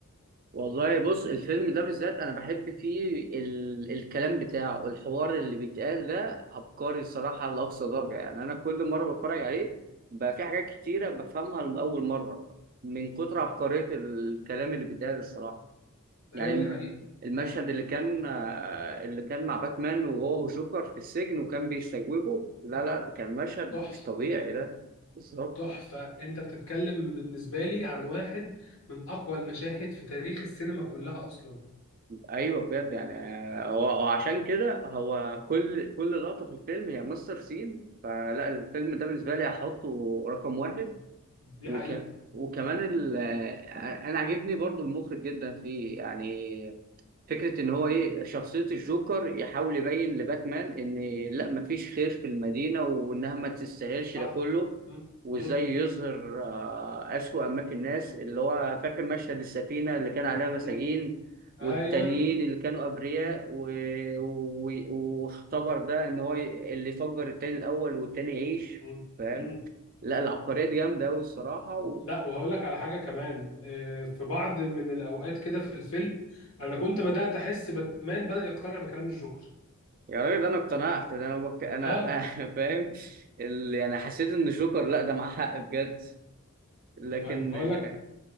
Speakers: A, on the right; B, on the left.
A: والله بص الفيلم ده بالذات انا بحب فيه ال... الكلام بتاعه الحوار اللي بيتقال ده عبقري الصراحه لاقصى درجه يعني انا كل مره بتفرج عليه بقى في حاجات كتيره بفهمها لاول مره من كتر عبقريه الكلام اللي بيتقال الصراحه يعني
B: ايوه
A: الم-
B: دي حقيقه
A: المشهد اللي كان آه، اللي كان مع باتمان وهو وجوكر في السجن وكان بيستجوبه لا لا كان مشهد
B: تحفه
A: مش طبيعي ده بالظبط
B: تحفه انت بتتكلم بالنسبه لي عن واحد من اقوى المشاهد في تاريخ السينما كلها اصلا
A: ايوه بجد يعني آه، هو هو عشان كده هو كل كل لقطه في الفيلم هي ماستر سين فلا الفيلم ده بالنسبه لي هحطه رقم واحد
B: دي
A: وك
B: حقيقة
A: وكمان ال... آه، انا عاجبني برضو المخرج جدا فيه يعني فكرة إن هو إيه شخصية الجوكر يحاول يبين لباتمان إن لأ مفيش خير في المدينة وإنها ما تستاهلش
B: صح
A: ده كله
B: مم.
A: وإزاي
B: مم.
A: يظهر آه، أسوأ ما في الناس اللي هو فاكر مشهد السفينة اللي كان عليها مساجين
B: مم.
A: والتانيين
B: ايوه
A: اللي كانوا أبرياء
B: مم.
A: و... و... واختبر ده إن هو ي- اللي يفجر التاني الأول والتاني يعيش
B: مم.
A: فاهم؟
B: مم.
A: لأ العبقرية دي جامدة أوي الصراحة
B: لا وهقول لك على حاجة كمان آه، في بعض من الأوقات كده في الفيلم أنا كنت بدأت أحس باتمان بدأ يقتنع بكلام الجوكر
A: يا راجل ده انا اقتنعت ده انا بك... انا
B: آه
A: <laughs> فاهم اللي انا حسيت ان جوكر لا ده معاه حق بجد لكن
B: طيب هقول
A: آه،
B: لك